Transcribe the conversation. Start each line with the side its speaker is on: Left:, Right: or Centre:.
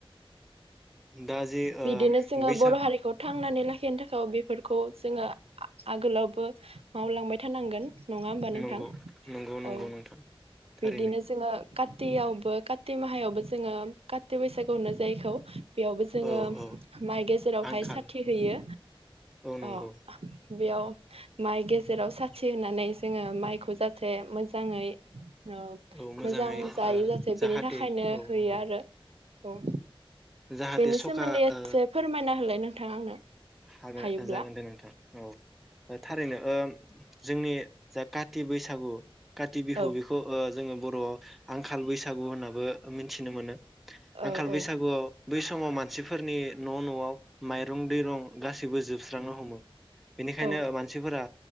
Centre: दा जे
Right: बिदिनो
Centre: ओ
Right: जोङो
Centre: बैसाग
Right: बर' हारिखौ थांनानै लाखिनो थाखाय बेफोरखौ जोङो आ-आगोलावबो मावलांबाय थानांगोन। नङा होम्बा नोंथां
Centre: नंगौ नंगौ नंगौ
Right: औ
Centre: नोंथां
Right: बिदिनो
Centre: थारैनो
Right: जोङो गा दैयावबो काति माहायावबो जोङो कातिग काति बैसागु होनो जायखौ बेयावबो जोङो
Centre: औ औ
Right: माइ गेजेरावहाय
Centre: आंखाल
Right: साथि होयो
Centre: औ नंगौ
Right: अ बेयाव माइ गेजेराव साथि होनानै जोङो माइखौ जाहाथे मोजाङै ओ
Centre: औ मोजाङै
Right: मोजां जायो
Centre: ओ
Right: जाथो
Centre: जाहाथे
Right: बेनि थाखायनो
Centre: औ
Right: होयो
Centre: नंगौ
Right: आरो औ
Centre: जाहाथे
Right: बेनि
Centre: सखा
Right: सोमोन्दै एसे
Centre: ओ
Right: फोरमायना होलाय नों नोंथां आंनो,
Centre: हागोन
Right: हायोब्ला
Centre: जागोन दे नोंथां औ थारैनो ओ जोंनि जा काति बैसागु काति बिहु
Right: औ
Centre: बेखौ ओ जोङो बर'आव आंखाल बैसागु होननाबो मिथिनो मोनो
Right: औ
Centre: आंखाल
Right: औ
Centre: बैसागुआव बै समाव मानसिफोरनि न' न'आव माइरं गासैबो जोबस्रांनो हमो बेनिखायनो
Right: औ
Centre: मानसिफोरा